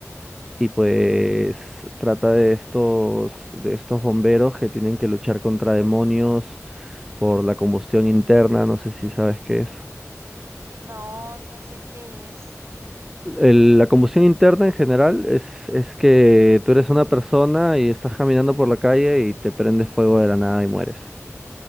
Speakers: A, in the centre; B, on the right (about 55°).
A: Y pues trata de estos, de estos bomberos que tienen que luchar contra demonios por la combustión interna, no sé si sabes qué es.
B: No, no sé qué es.
A: El- la combustión interna en general es, es que tú eres una persona y estás caminando por la calle y te prendes fuego de la nada y mueres.